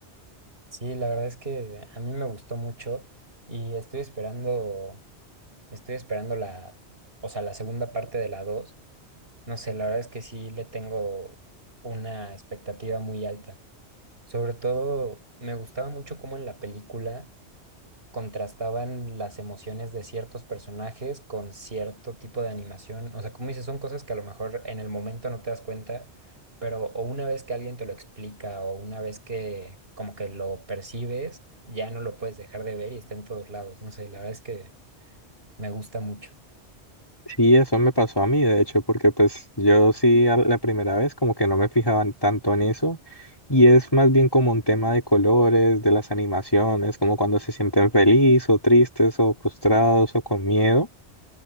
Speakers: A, on the right (about 60°); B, on the left (about 20°).
A: Sí, la verdad es que a mí me gustó mucho y estoy esperando, estoy esperando la, o sea, la segunda parte de la dos No sé, la verdad es que sí le tengo una expectativa muy alta. Sobre todo, me gustaba mucho cómo en la película contrastaban las emociones de ciertos personajes con cierto tipo de animación. O sea, como dices, son cosas que a lo mejor en el momento no te das cuenta, pero o una vez que alguien te lo explica o una vez que como que lo percibes, ya no lo puedes dejar de ver y está en todos lados. No sé, la verdad es que me gusta mucho.
B: Sí, eso me pasó a mí, de hecho, porque pues yo sí a la primera vez como que no me fijaban tanto en eso y es más bien como un tema de colores, de las animaciones, como cuando se sienten felices o tristes o frustrados o con miedo.